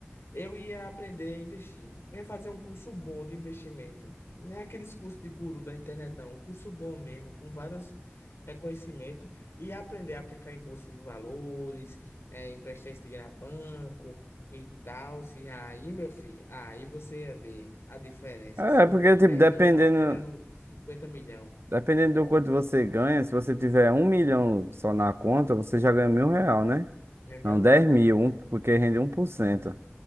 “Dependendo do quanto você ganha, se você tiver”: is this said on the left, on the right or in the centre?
Right